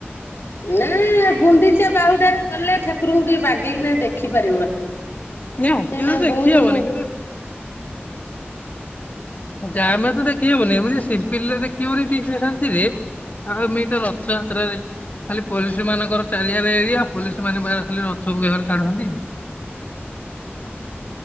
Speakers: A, on the left; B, on the left.
A: ନାଁ ଗୁଣ୍ଡିଚା ବାହୁଡାରେ ଗଲେ ଠାକୁରଙ୍କୁ ଟିକେ ବାଗେଇକିନା ଦେଖି ପାରିବନି। ନାଇଁ
B: ନିହାତି
A: ନାଇଁ
B: ଦେଖିହବନି
A: ବହୁତୁ।
B: କିନ୍ତୁ ଜାମ୍ ରେ ତ ଦେଖି ହବନି। ଏମିତି ସିମ୍ପିଲରେ ଦେଖି ହଉନି ଠିକ ସେ ଶାନ୍ତି ରେ। ଆଉ ଏମିତି ତ ରଥଯାତ୍ରାରେ। ଖାଲି ପୋଲିସ ମାନଙ୍କର ଚାରିଆରେ ଏରିଆ ପୋଲିସ ମାନେ ଖାଲି ରଥକୁ ଟାଣୁଚନ୍ତି।